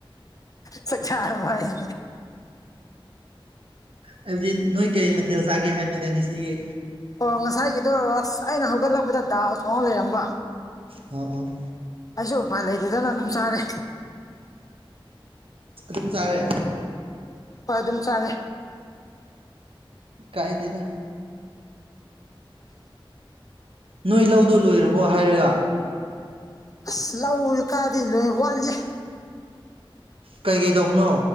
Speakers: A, on the left (about 40°); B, on the right (about 85°).
A: ꯆꯥꯛ ꯆꯥꯔꯕꯌꯦ
B: ꯍꯥꯏꯕꯗꯤ ꯅꯣꯏ ꯀꯔꯤ ꯃꯊꯦꯜ ꯆꯥꯒꯦ ꯍꯥꯏꯕꯅꯤꯗ ꯉꯁꯤꯒꯤ
A: ꯑꯣ ꯉꯁꯥꯏꯒꯤꯗꯣ ꯑꯁ ꯑꯩꯅ ꯍꯧꯒꯠꯂꯕꯗ ꯗꯥꯜ ꯊꯣꯡꯉꯥꯒ ꯂꯩꯔꯝꯕ
B: ꯑꯣ ꯑꯣ
A: ꯑꯩꯁꯨ ꯎꯄꯥꯏ ꯂꯩꯇꯥꯗꯅ ꯑꯗꯨꯝ ꯆꯥꯔꯦ
B: ꯑꯗꯨ ꯆꯥꯔꯦ
A: ꯍꯣꯏ ꯑꯗꯨꯝ ꯆꯥꯔꯦ
B: ꯀꯥꯏꯗꯦꯗꯥ ꯅꯣꯏ ꯂꯧꯗꯣ ꯂꯣꯏꯔꯕꯣ ꯍꯥꯏꯔꯒ
A: ꯑꯁ ꯂꯧꯗꯣ ꯀꯥꯗꯩ ꯅꯣꯏ ꯋꯥꯠꯂꯤꯌꯦ
B: ꯀꯩ ꯀꯩꯇꯧꯕꯅꯣ